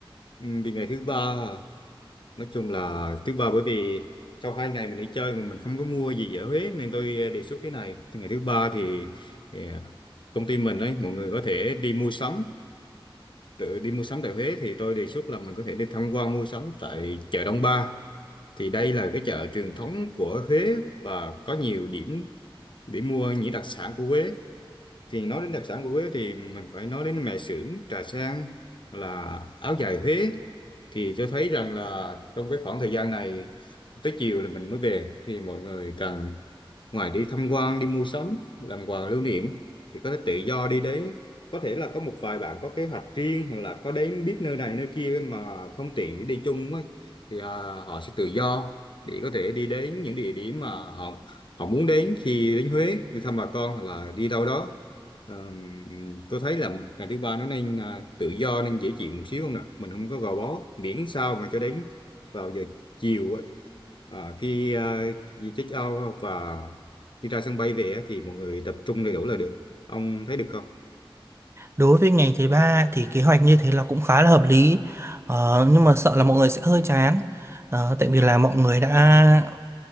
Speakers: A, on the left; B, on the right.
A: ừ, vì ngày thứ ba à, nói chung là thứ ba bởi vì sau hai ngày mình đi chơi mà mình không có mua gì ở Huế nên tôi ờ, đề xuất thế này Từ ngày thứ ba thì, thì công ty mình đấy mọi người có thể đi mua sắm tự đi mua sắm tại Huế thì tôi đề xuất là mình có thể đi tham quan mua sắm tại chợ Đông Ba thì đây là cái chợ truyền thống của Huế và có nhiều điểm để mua những đặc sản của Huế thì nói đến đặc sản của Huế thì mình phải nói đến mè xưởng trà sen là áo dài Huế thì tôi thấy rằng là trong cái khoảng thời gian này tới chiều là mình mới về thì mọi người cần ngoài đi tham quan đi mua sắm làm quà lưu niệm thì có thể tự do đi đến có thể là có một vài bạn có kế hoạch riêng hoặc là có đến biết nơi này nơi kia mà không tiện để đi chung á thì à, họ sẽ tự do để có thể đi đến những địa điểm mà họ họ muốn đến khi đến Huế đi thăm bà con hoặc là đi đâu đó Ờm, tôi thấy là ngày thứ ba nó nên à, tự do nên dễ chịu một xíu không nè mình không có gò bó miễn sao mà cho đến vào giờ chiều á, à, khi à, check out và đi ra sân bay về á, thì mọi người tập trung đầy đủ là được ông thấy được không
B: Đối với ngày thứ ba thì kế hoạch như thế là cũng khá là hợp lý, ờ, nhưng mà sợ là mọi người sẽ hơi chán, ờ, tại vì là mọi người đã